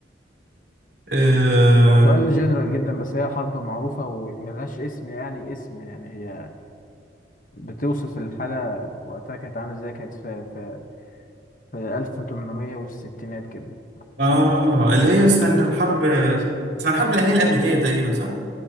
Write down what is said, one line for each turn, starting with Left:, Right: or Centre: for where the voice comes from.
Right: آه...
Left: هو سؤال جنرال جدا بس هي حرب معروفة وملهاش اسم يعني اسم يعني هي بتوصف الحالة وقتها كانت عاملة ازاي كانت في في في 1860 كده على
Right: اه
Left: حسب ما أفتكر
Right: اللي هي استنى الحرب اسمها الحرب الأهلية الأمريكية تقريبا صح؟